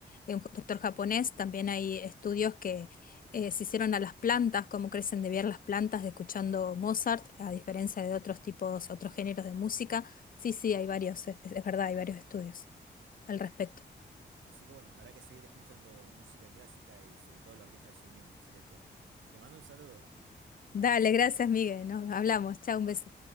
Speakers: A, on the left; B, on the right.
A: eh, un doctor japonés. También hay estudios que eh, se hicieron a las plantas, cómo crecen de ver las plantas de escuchando Mozart, a diferencia de otros tipos, otros géneros de música. Sí, sí, hay varios, es, es verdad, hay varios estudios al respecto.
B: Así que bueno, habrá que seguir escuchando música clásica y sobre todo la orquesta de Shen Yun, Celeste. Te mando un saludo.
A: Dale, gracias, Miguel. Nos hablamos. Chao, un beso.